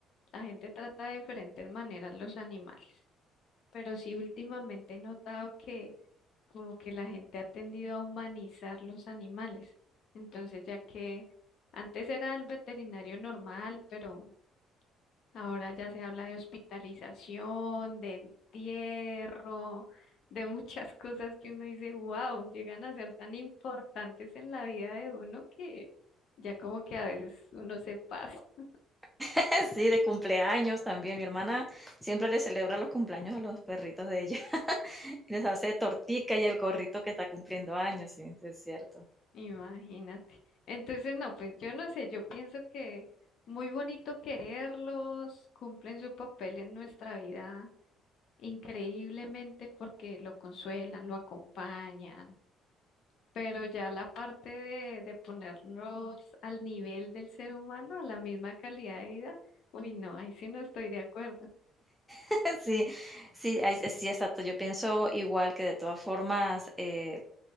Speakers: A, on the left; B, in the centre.
A: la gente trata de diferentes maneras los animales, pero sí últimamente he notado que como que la gente ha tendido a humanizar los animales. Entonces, ya que antes era el veterinario normal, pero Ahora ya se habla de hospitalización, de entierro, de muchas <laughs> cosas que uno dice, wow, llegan a ser tan importantes en la vida de uno que ya como que a veces uno se pasa, <laughs>
B: <laughs> Sí, de cumpleaños también. Mi hermana siempre le celebra los cumpleaños a los perritos de ella. Les hace tortica y el gorrito que está cumpliendo años, sí, sí, es cierto.
A: imagínate. Entonces, no, pues yo no sé, yo pienso que muy bonito quererlos, cumplen su papel en nuestra vida increíblemente porque lo consuelan, lo acompañan Pero ya la parte de, de ponernos al nivel del ser humano, a la misma calidad de vida, uy, no, ahí sí no estoy de acuerdo.
B: <laughs> Sí, sí, es- sí, exacto. Yo pienso igual que de todas formas, eh,